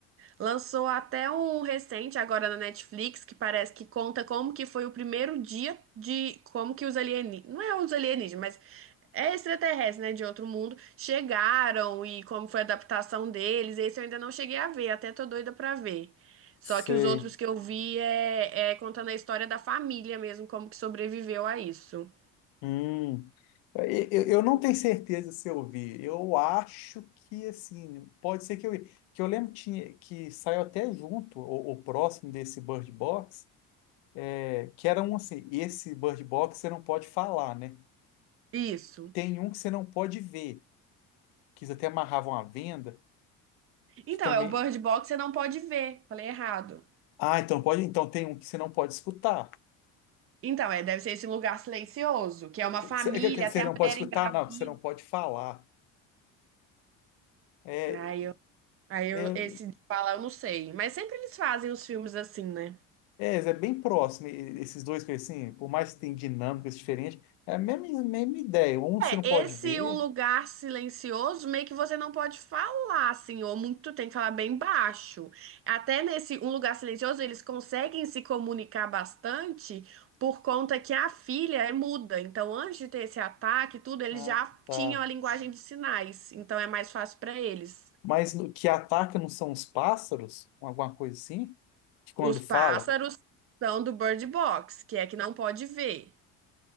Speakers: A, on the right; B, on the left.
A: Lançou até um recente agora na Netflix que parece que conta como que foi o primeiro dia de como que os alienígenas, não é os alienígenas, mas é extraterrestre, né, de outro mundo, chegaram e como foi a adaptação deles. Esse eu ainda não cheguei a ver, até tô doida pra ver. Só
B: sei.
A: que os outros que eu vi é, é contando a história da família mesmo, como que sobreviveu a isso.
B: hum. Eu, eu eu não tenho certeza se eu vi. Eu acho que, assim, pode ser que eu vi. Que eu lembro tinha, que saiu até junto, ou, ou próximo desse Bird Box, é, que era um assim, esse Bird Box você não pode falar, né?
A: Isso.
B: Tem um que você não pode ver, que eles até amarravam a venda,
A: Então,
B: que também...
A: é o Bird Box, você não pode ver. Falei errado.
B: Ah, então pode, então tem um que você não pode escutar.
A: Então, é, deve ser esse lugar silencioso, que é uma
B: Que
A: família,
B: Você é que- que você
A: até
B: não
A: a mulher
B: pode escutar,
A: engravida.
B: não, que você não pode falar. É,
A: Aí eu, aí eu,
B: é,
A: esse de falar eu não sei. Mas sempre eles fazem os filmes assim, né?
B: É, é bem próximo, e- e- esses dois que assim, por mais que tenham dinâmicas diferentes, é a mesma, mesma ideia. Um
A: É,
B: você não pode
A: Esse
B: ver,
A: um lugar silencioso, meio que você não pode falar, assim, ou muito tem que falar bem baixo. Até nesse um lugar silencioso, eles conseguem se comunicar bastante por conta que a filha é muda. Então, antes de ter esse ataque, e tudo, eles
B: ah,
A: já
B: tá.
A: tinham a linguagem de sinais. Então, é mais fácil para eles.
B: Mas no- que ataca não são os pássaros, um, alguma coisa assim, que quando
A: Os
B: fala,
A: pássaros são do Bird Box, que é que não pode ver.